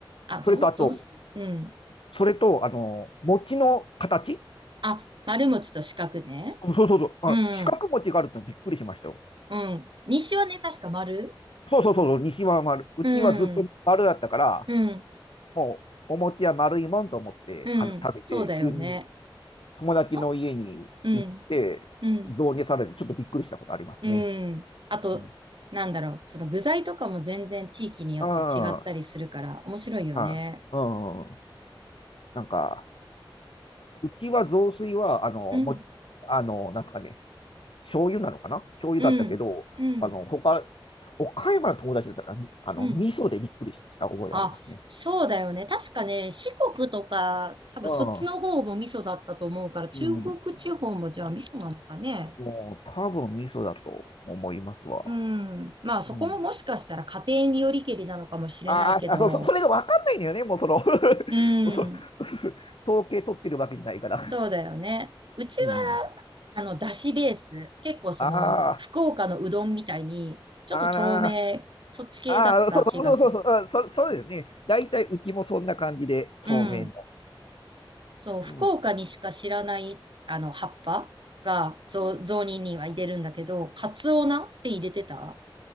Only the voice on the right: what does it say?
あ、
雑、雑炊うん。
あ、丸餅と四角ね。
うん、
うん。西はね、確か丸
うん、うん、
うん。そうだよね。
のうん、うん。
うん。あと、
なんだろう、その具材とかも全然地域によって違ったりするから面白いよね。
うん、
うん、うん、
うん。
あ、そうだよね。確かね、四国とか、多分そっちの方も味噌だったと思うから、
中国地方もじゃあ味噌なのかね。
うん。まあそこももしかしたら家庭によりけりなのかもしれないけど、
うん。
そうだよね。うちは、
あの、だしベース。結構その、
福岡のうどんみたいに、ちょっと透明、
そっち系だった気がする。
うん。そう、福岡にしか知らない、
あの、葉っぱが、雑、雑煮には入れるんだけど、カツオナって入れてた